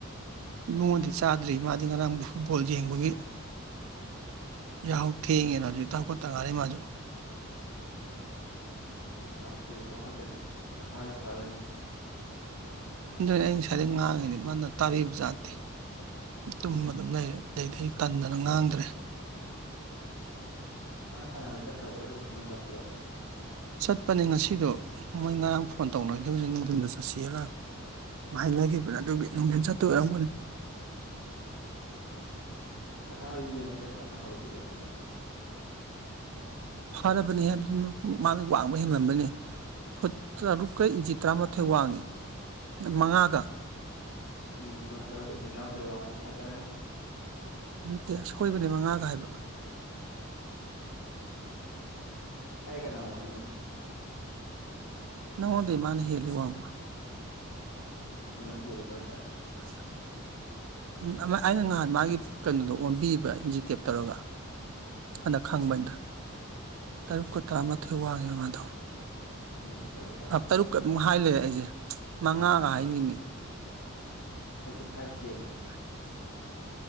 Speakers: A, on the right (about 70°); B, on the left (about 85°).
A: ꯏꯕꯨꯡꯉꯣꯗꯤ ꯆꯥꯗ꯭ꯔꯤ ꯃꯥꯗꯤ ꯉꯔꯥꯡ ꯐꯨꯠꯕꯣꯜ ꯌꯦꯡꯕꯒꯤ ꯌꯥꯍꯧ ꯊꯦꯡꯉꯦꯅ ꯍꯧꯖꯤꯛꯇ ꯍꯧꯒꯠꯇ ꯉꯥꯏꯔꯤ ꯃꯥꯁꯨ
B: ꯆꯛ ꯆꯥꯡ <unintelligible> ꯀꯨꯏꯔꯛꯄ ꯍꯧꯠꯇ꯭ꯔꯗꯤ ꯃꯁꯥꯗꯤ ꯐꯔꯣꯏꯅꯦ <unintelligible>
A: ꯑꯗꯨꯅꯦ ꯑꯩ ꯉꯁꯥꯏꯗꯩ ꯉꯥꯡꯉꯤꯅꯤ ꯃꯥꯅ ꯇꯥꯕꯤꯕꯖꯥꯠꯅꯇꯦ ꯇꯨꯝꯃ ꯑꯗꯨꯝ ꯂꯩꯔꯦ ꯑꯗꯩꯗꯤ ꯇꯟꯗꯅ ꯉꯥꯡꯗ꯭ꯔꯦ
B: ꯃꯥ ꯁꯥꯟꯅꯕ ꯆꯠꯇ꯭ꯔꯕꯣ ꯑꯌꯨꯛ ꯁꯥꯟꯅꯕ ꯆꯠꯄꯗꯣ
A: ꯆꯠꯄꯅꯦ ꯉꯁꯤꯗꯣ ꯃꯣꯏ ꯉꯔꯥꯡ ꯐꯣꯟ ꯇꯧꯅꯈꯤꯕꯅ‌ꯦ ꯅꯨꯡꯊꯤꯟꯗ ꯆꯠꯁꯦꯅꯥ ꯍꯥꯏꯅꯈꯤꯕꯅꯦ ꯑꯗꯨꯒꯤ ꯅꯨꯡꯊꯤꯟ ꯆꯠꯇꯣꯏ ꯑꯣꯏꯔꯝꯒꯅꯤ
B: ꯅꯁꯥꯗꯣ ꯌꯦꯡꯕꯗ ꯀꯩꯁꯨ ꯌꯥꯝ ꯐꯕꯗꯤ ꯑꯣꯏꯗꯦꯗ
A: ꯐꯔꯕꯅꯤ ꯍꯦ ꯃꯥꯅ ꯋꯥꯡꯕ ꯍꯦꯃꯟꯕꯩꯅꯤ ꯐꯨꯠ ꯇꯔꯨꯛꯀ ꯏꯟꯆꯤ ꯇꯔꯥꯃꯥꯊꯣꯏ ꯋꯥꯡꯉꯤ ꯃꯉꯥꯒ
B: ꯎꯝ ꯐꯨꯠ ꯇꯔꯨꯛꯀ ꯏꯟꯆꯤ ꯇꯔꯥꯃꯊꯣꯏ ꯋꯥꯡꯉꯗꯤ ꯐꯖꯔꯅꯤ
A: ꯅꯠꯇꯦ ꯁꯣꯏꯕꯅꯦ ꯃꯉꯥꯒ ꯍꯥꯏꯕ
B: ꯑꯩꯒ ꯀꯅꯥ ꯋꯥꯡꯅꯤ ꯑꯗꯨꯗꯤ
A: ꯅꯪꯉꯣꯟꯗꯩ ꯃꯥꯅ ꯍꯦꯜꯂꯦ ꯋꯥꯡꯕ
B: ꯅꯪ ꯎꯔꯥꯕꯣ ꯍꯥꯏꯁꯦ
A: ꯑ <unintelligible> ꯎꯝ ꯑꯃ ꯑꯩꯅ ꯉꯥꯍꯥꯟ ꯃꯥꯒꯤ ꯀꯩꯅꯣꯗꯣ ꯑꯣꯟꯕꯤꯕ ꯏꯟꯖꯤꯇꯦꯞ ꯇꯧꯔꯒ ꯑꯗ ꯈꯪꯕꯅꯤꯗ ꯇꯔꯨꯛꯀ ꯇꯔꯥꯃꯥꯊꯣꯏ ꯋꯥꯡꯉꯦꯕ ꯃꯥꯗꯣ
B: ꯎꯝ ꯇꯔꯨꯛ
A: ꯑꯥ ꯇꯔꯨꯛꯀ ꯑꯗꯨꯝ ꯍꯥꯏ ꯂꯩꯔꯦ ꯑꯩꯁꯦ ꯃꯉꯥꯒ ꯍꯥꯏꯅꯤꯃꯤ
B: ꯑꯩꯁꯨ ꯐꯥꯏꯚ ꯇꯦꯟꯅꯦ
A: ꯑ <unintelligible>